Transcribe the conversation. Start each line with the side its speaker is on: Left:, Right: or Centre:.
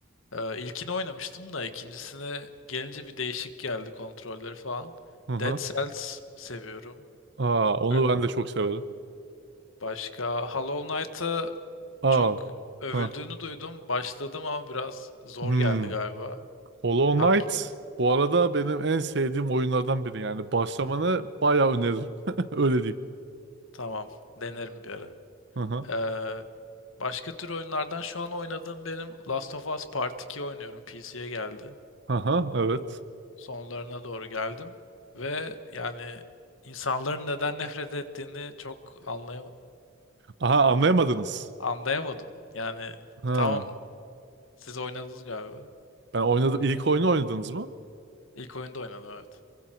Left: Ee, ilkini oynamıştım da ikincisine gelince bir değişik geldi kontrolleri falan.
Right: Hı hı.
Left: Dead Cells seviyorum.
Right: Aa, onu
Left: Ö-
Right: ben de çok severim.
Left: Başka Hollow Knight'a
Right: Aa,
Left: çok övüldüğünü
Right: hı.
Left: duydum. Başladım ama biraz zor
Right: Hmm.
Left: geldi galiba.
Right: Hollow
Left: Tam,
Right: Knight bu arada benim en sevdiğim oyunlardan biri yani. Başlamanı bayağı öneririm. <laughs> Öyle diyeyim.
Left: tamam. Denerim bir ara.
Right: Hı hı.
Left: Ee, başka tür oyunlardan şu an oynadığım benim Last of Us Part 2 oynuyorum. PC'ye geldi.
Right: Hı evet.
Left: Sonlarına doğru geldim. Ve yani insanların neden nefret ettiğini çok anlayamadım.
Right: Aha anlayamadınız.
Left: Anlayamadım. Yani
Right: Hı.
Left: tamam siz oynadınız galiba.
Right: Ben oynadım. İlk oyunu oynadınız mı?
Left: İlk oyunda oynadım evet.